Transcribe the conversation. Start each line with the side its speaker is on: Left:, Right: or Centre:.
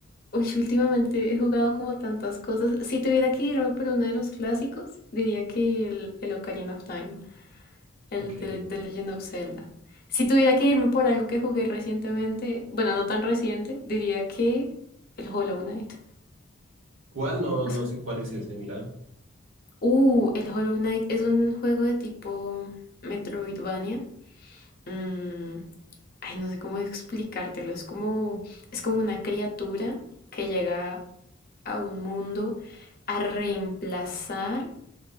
Left: Uy, últimamente he jugado como tantas cosas. Si tuviera que irme por uno de los clásicos, diría que el, el Ocarina of Time. El
Right: Ok.
Left: de, de Legend of Zelda. Si tuviera que irme por algo que jugué recientemente, bueno, no tan reciente, diría que el Hollow Knight.
Right: ¿Cuál? No, no
Left: O sea,
Right: sé cuál es ese, mira.
Left: Uh, el Hollow Knight es un juego de tipo Metroidvania. Mm, ay, no sé cómo explicártelo. Es como, es como una criatura que llega a un mundo a reemplazar